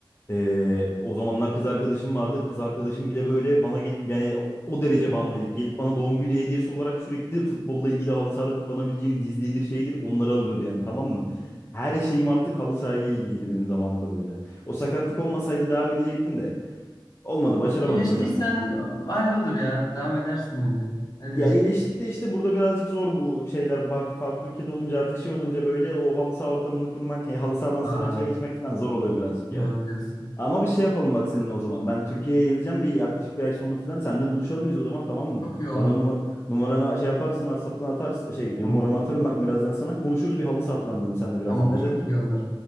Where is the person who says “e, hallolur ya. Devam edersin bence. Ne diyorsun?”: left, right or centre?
Left